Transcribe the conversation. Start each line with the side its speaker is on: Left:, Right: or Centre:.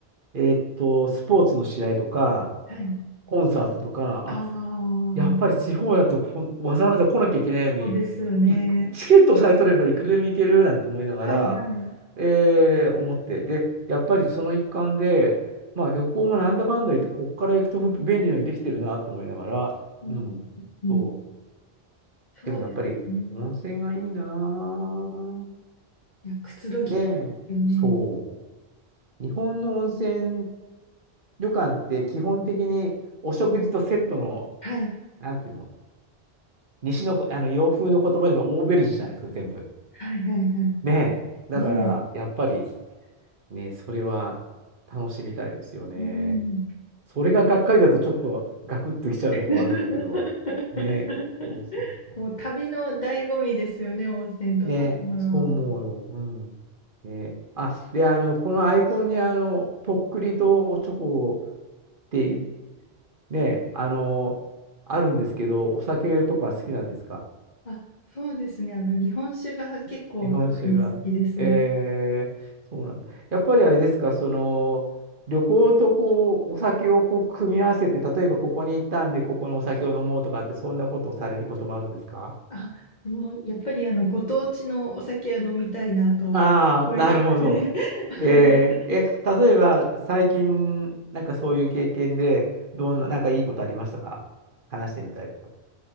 Right: えーっと、スポーツの試合とか、
Left: はい。
Right: コンサートとか、
Left: ああ、
Right: やっぱり地方だとこんわざわざ来なきゃいけないのに、
Left: そうですよね。
Right: いチケットさえ取ればいくらでも行けるなんて思いながら、
Left: はい。はい。
Right: えー思って。で、やっぱりその一環で、まあ旅行もなんだかんだ言って、こっから行くと便利なようにできてるなと思いながら、
Left: うん
Right: うん。
Left: うんうん。
Right: そう。
Left: そうですよね。
Right: でもやっぱり温泉がいいなぁ。
Left: いや、くつろぎたいですよね。
Right: ねえ、そう。日本の温泉旅館って基本的にお食事とセットの、
Left: はい。
Right: なんていうの、西のこ、あの洋風の言葉でもオーベルジュじゃないですか、全部。
Left: はい。はい。はい。
Right: ねえ。だから、
Left: ねえ。
Right: やっぱり、ね、それは楽しみたいですよね。
Left: うん。
Right: それががっかりだとちょっとガクッときちゃうとこはあるんだけど。
Left: <laughs>
Right: ねえ。そうそうそうそ
Left: もう旅の醍醐味ですよね、温泉と食べ物は。
Right: う。ねえ、そう思うよ。うん。ねえ。あ、で、あの、このアイコンに、あの、とっくりとおちょこって言っねえ、あの、あるんですけど、お酒とか好きなんですか
Left: あ、そうですね。あの、日本酒が結構特に好きです。
Right: 日本酒が。えー、そうなんだ。やっぱりあれですか、その、旅行とこう、お酒をこう、組み合わせて、例えばここに行ったんで、ここのお酒を飲もうとかって、そんなことをされることもあるんですか
Left: あ、でもやっぱりあのご当地のお酒は飲みたいなと思いますね。
Right: ああー、なるほど。
Left: <laughs> はい。
Right: えー、え、例えば、最近、なんかそういう経験で、どんな、なんかいいことありましたか話してみたいこと。